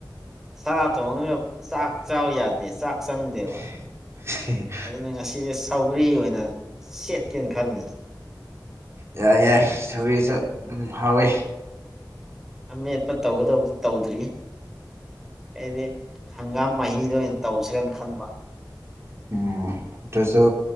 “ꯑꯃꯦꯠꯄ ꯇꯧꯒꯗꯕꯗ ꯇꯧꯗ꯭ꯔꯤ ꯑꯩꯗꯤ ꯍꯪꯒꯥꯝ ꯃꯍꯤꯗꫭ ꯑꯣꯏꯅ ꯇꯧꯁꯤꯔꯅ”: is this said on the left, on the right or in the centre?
Centre